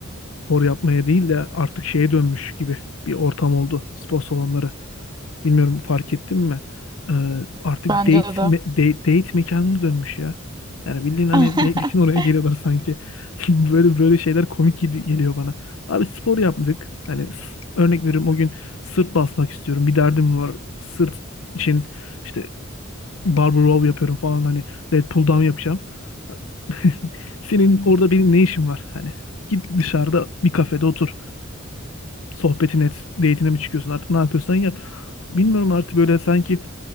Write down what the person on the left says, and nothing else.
spor yapmaya değil de artık şeye dönmüş gibi bir ortam oldu spor salonları. Bilmiyorum fark ettin mi? Ee, artık
date,
me- date date mekanına dönmüş ya. Yani bildiğin hani
date için oraya geliyorlar sanki. <laughs> Böyle böyle şeyler komik gibi geliyor bana. Abi spor yapmadık. Hani s- örnek veriyorum o gün sırt basmak istiyorum. Bir derdim var. Sırt için işte barbell row yapıyorum falan hani lat pull down yapacağım. <laughs> Senin orada benim ne işim var? Hani git dışarıda bir kafede otur. Sohbetin et date'ine mi çıkıyorsun artık ne yapıyorsan yap. Bilmiyorum artık böyle sanki